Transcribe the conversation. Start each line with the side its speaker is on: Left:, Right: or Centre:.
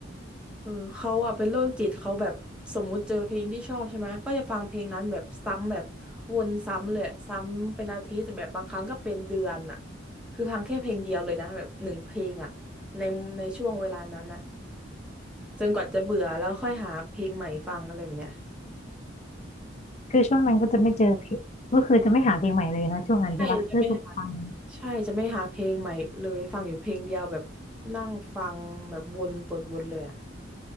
Centre: เออเขาอะเป็นโรคจิตเขาแบบสมมุติเจอเพลงที่ชอบใช่ไหมก็จะฟังเพลงนั้นแบบซ้ำแบบวนซ้ำเลยซ้ำเป็นอาทิตย์แบบบางครั้งก็เป็นเดือนอะคือฟังแค่เพลงเดียวเลยนะแบบหนึ่งเพลงอะในในช่วงเวลานั้นอะจนกว่าจะเบื่อแล้วค่อยหาเพลงใหม่ฟังอะไรแบบเนี้ย
Left: ๆคือช่วงนั้นก็จะไม่เจอเพลงก็คือจะไม่หาเพลงใหม่เลยนะช่วงนั้นใช่ปะรู้สึกฟัง
Centre: ใช่จะไม่หาใช่จะไม่หาเพลงใหม่เลยฟังอยู่เพลงเดียวแบบนั่งฟังแบบวนเปิดวนเลยอะ